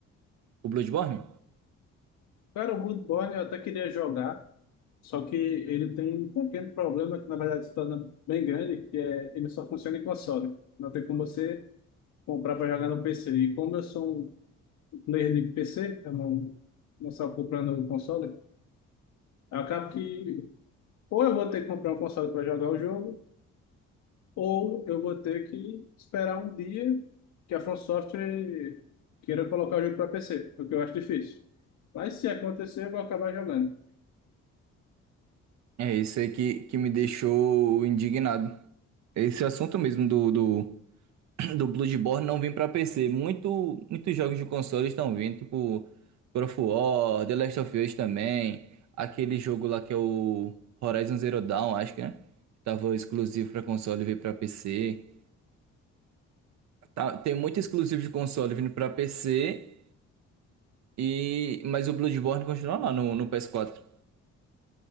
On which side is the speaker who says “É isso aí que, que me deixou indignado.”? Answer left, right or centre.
Right